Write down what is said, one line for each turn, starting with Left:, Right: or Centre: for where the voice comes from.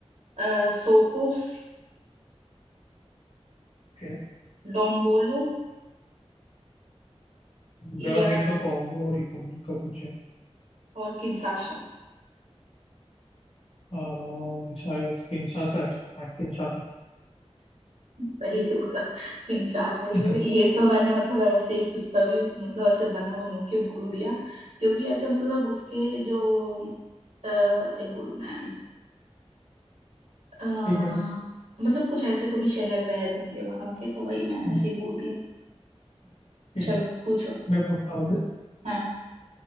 Right: हाँ सोकोस
Left: फिर
Right: डोम्बोलो या
Left: ग्रासविले तो कॉन्गो रिपब्लिक का कुछ है
Right: और किंशासा
Left: अ, शायद किंशासा है हाँ किंशासा
Right: सही <laughs> बोला किंशासा ही
Left: <laughs>
Right: है ये तो मैंने मतलब ऐसे ही कुछ तभी मतलब ऐसे बना बनू के बोल दिया क्योंकि ऐसे मतलब उसके जो अ, ये बोलते हैं अ,
Left: ठीक है अभी
Right: मतलब कुछ ऐसे तो भी शहर वहर होंगे वहां के तो वही मैंने
Left: हम्म,
Right: ऐसे ही बोल दिया
Left: ठीक
Right: चलो
Left: है
Right: पूछो
Left: मैं पूछता हूँ अभी
Right: हाँ